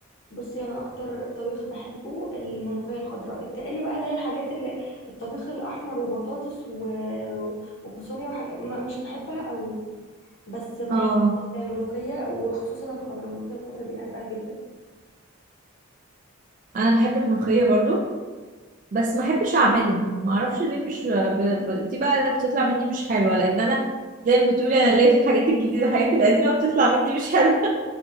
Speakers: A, on the left; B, on the right.
A: بصي انا اكتر طبيخ بحبه الملوخية الخضراء التقلي بقى اللي هي الحاجات اللي الطبيخ الاحمر وبطاطس و- وفاصوليا وحاجات ما- مش بحبها قوي بس بحب
B: اه
A: الملوخية وخصوصا الخضرة الملوخية الخضرة دي بحبها جدا
B: انا بحب الملوخيه برضو بس ما احبش اعملها ما اعرفش ليه مش ب... ب... دي بقى اللي بتطلع مني مش حلوه لان انا زي ما بتقولي انا ليا في الحاجات الجديده الحاجات القديمه بتطلع مني مش حلوه